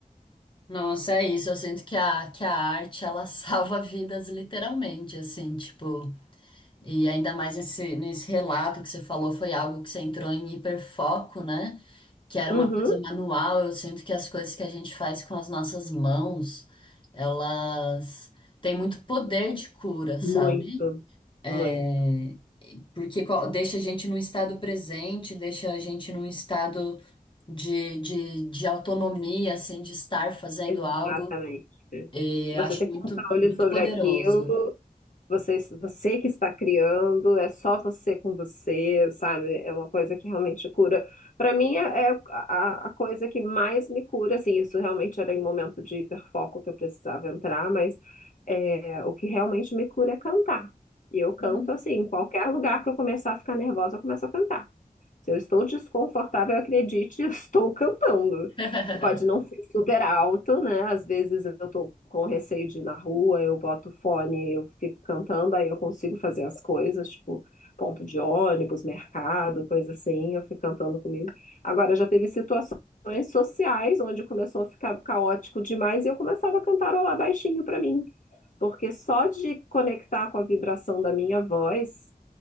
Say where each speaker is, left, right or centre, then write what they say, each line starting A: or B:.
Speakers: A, on the left; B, on the left.
A: Nossa, é isso. Eu sinto que a, que a arte, ela <laughs> salva vidas literalmente, assim, tipo. E ainda mais nesse, nesse relato que você falou, foi algo que você entrou em hiperfoco, né? Que era
B: Uhum.
A: uma coisa manual. Eu sinto que as coisas que a gente faz com as nossas mãos, elas têm muito poder de cura, sabe?
B: Muito, muito.
A: É, Porque co- deixa a gente num estado presente, deixa a gente num estado de, de, de autonomia, assim, de estar fazendo
B: Exatamente.
A: algo. E
B: Você
A: eu acho
B: tem
A: muito,
B: controle
A: muito
B: sobre
A: poderoso.
B: aquilo Você, você que está criando, é só você com você, sabe? É uma coisa que realmente cura. Para mim, é é a, a coisa que mais me cura, assim, isso realmente era em momento de hiperfoco que eu precisava entrar, mas é, o que realmente me cura é cantar. E eu canto,
A: Hum.
B: assim, em qualquer lugar que eu começar a ficar nervosa, eu começo a cantar. Se eu estou desconfortável, acredite, <laughs> eu estou cantando.
A: <laughs>
B: Pode não ser super alto, né? Às vezes eu estou com receio de ir na rua, eu boto fone, eu fico cantando, aí eu consigo fazer as coisas, tipo ponto de ônibus, mercado, coisa assim, eu fico cantando comigo. Agora, já teve situações sociais onde começou a ficar caótico demais e eu começava a cantarolar baixinho para mim, porque só de conectar com a vibração da minha voz